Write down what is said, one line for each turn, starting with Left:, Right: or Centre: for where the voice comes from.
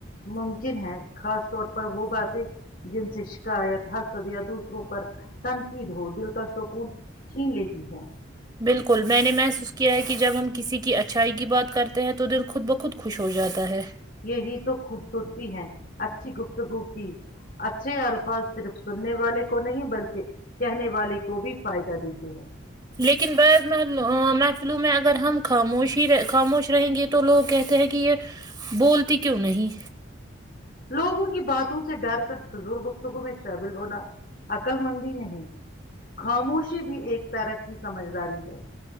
Left: ممکن ہے خاص طور پر وہ باتیں جن سے شکایت حسد یا دوسروں پر تنقید ہو دل کا سکون چھین لیتی ہے
Right: بالکل میں نے محسوس کیا ہے کہ جب ہم کسی کی اچھائی کی بات کرتے ہیں تو دل خود بخود خوش ہو جاتا ہے
Left: یہی تو خوب سرتی ہیں اچھی گفتگو کی اچھے الفاظ صرف سننے والے کو نہیں بلکہ کہنے والے کو بھی فائدہ دیتے ہیں
Right: لیکن بعض مح محفلو میں اگر ہم خاموش ہی خاموش رہیں گے تو لوگ کہتے ہیں کہ یہ بولتی کیوں نہیں
Left: لوگوں کی باتوں سے ڈر کر فضول گفتگو میں شامل ہونا عقل مندی نہیں خاموشی بھی ایک طرح کی سمجھداری ہے